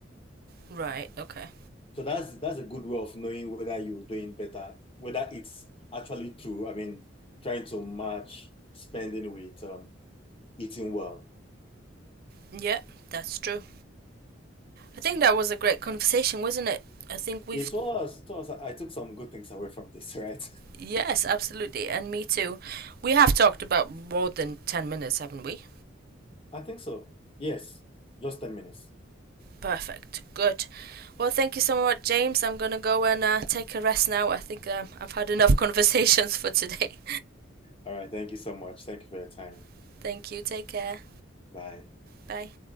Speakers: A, on the right; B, on the left.
A: right, okay.
B: So that's that's a good way of knowing whether you're doing better, whether it's actually true. I mean, trying to match spending with um, eating well.
A: Yeah, that's true. I think that was a great conversation, wasn't it? I think we've.
B: It was, it was. I took some good things away from this, right?
A: Yes, absolutely, and me too. We have talked about more than 10 minutes, haven't we?
B: <laughs> I think so. Yes, just 10 minutes.
A: Perfect. Good. Well, thank you so much, James. I'm going to go and uh, take a rest now. I think um, I've had enough <laughs> conversations for today.
B: All right. Thank you so much. Thank you for your time.
A: <laughs> thank you. Take care.
B: Bye.
A: Bye.